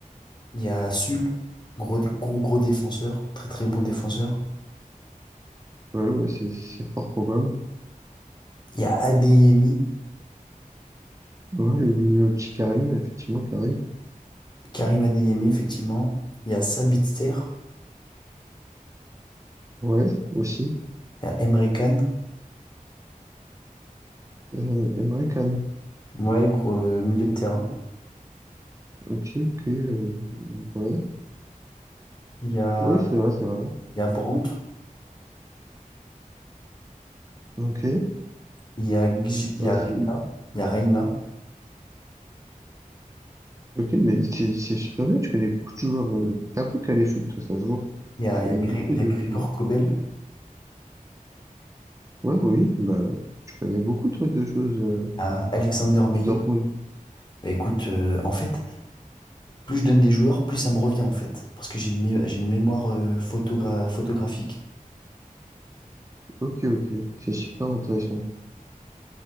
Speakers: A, on the left; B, on the right.
A: Il y a Sul. Gros, gros, gros défenseur. Très, très bon défenseur.
B: Ouais, ouais, c'est, c'est fort probable.
A: Il y a Adeyemi.
B: Ouais, le, le petit Karim, effectivement, Karim.
A: Karim Adeyemi, effectivement. Il y a Sabitzer.
B: Ouais, aussi.
A: Il y a Emre Can,
B: Euh, Emre Can.
A: ouais, gros euh, milieu de terrain.
B: Ok, ok, euh, ouais.
A: Il y a,
B: Ouais, c'est vrai, c'est vrai.
A: il y a Brandt,
B: Ok.
A: il y a, Gj-
B: Bah,
A: il y a Reina,
B: c'est,
A: il y a Reina,
B: ok, mais c'est, c'est super bien. Tu connais beaucoup de joueurs. euh, T'es un peu calé foot, toi, ça se voit.
A: il y a,
B: Tu connais
A: il y a, Gré-
B: beaucoup
A: il
B: de,
A: y a Grégor Kobel, il
B: ouais, oui, bah, tu connais beaucoup, toi, de choses, euh,
A: y a Alexander Meyer.
B: du Dortmund.
A: Bah, écoute, euh, en fait, plus je donne des joueurs, plus ça me revient en fait. Parce que j'ai une, mé- j'ai une mémoire euh, photogra- photographique.
B: Ok, ok, c'est super intéressant.